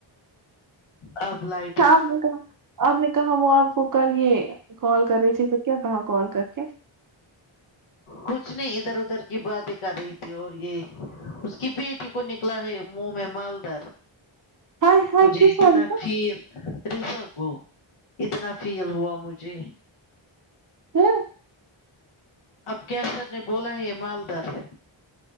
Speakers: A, on the left (about 85°); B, on the right (about 45°).
A: اب لائ
B: اچھا آپ نے کہا آپ نے کہا وہ آپ کو کل یہ کال کر رہی تھی تو پھر کیا کہا کال کر کے
A: کچھ نہیں ادھر ادھر کی باتیں کر رہی تھی اور یہ اس کی بیٹی کو نکلا ہے منہ میں مالدار
B: ہائے ہائے
A: مجھے
B: کس
A: اتنا
B: والی کو
A: پیر رضا کو اتنا فیل ہوا مجھے
B: ہوں
A: قیصر نے بولا ہے یہ مالدار ہے